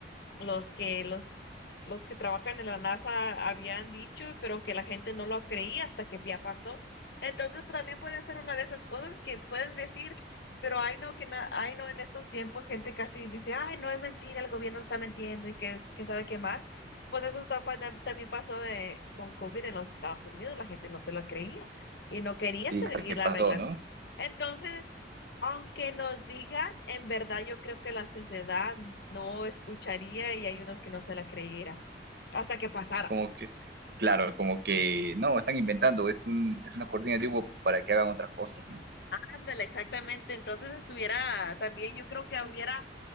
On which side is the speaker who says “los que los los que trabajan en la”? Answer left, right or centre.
Left